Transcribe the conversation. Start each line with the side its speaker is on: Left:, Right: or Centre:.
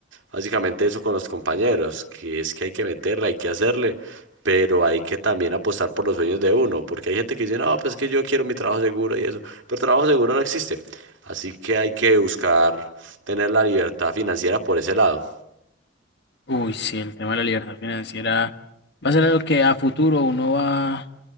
Right: Básicamente eso con los compañeros, que es que hay que meterla, hay que hacerle, pero hay que también apostar por los sueños de uno, porque hay gente que dice, no, pues es que yo quiero mi trabajo seguro y eso, pero trabajo seguro no existe, así que hay que buscar tener la libertad financiera por ese lado.
Left: Uy, sí, el tema de la libertad financiera va a ser algo que a futuro uno va,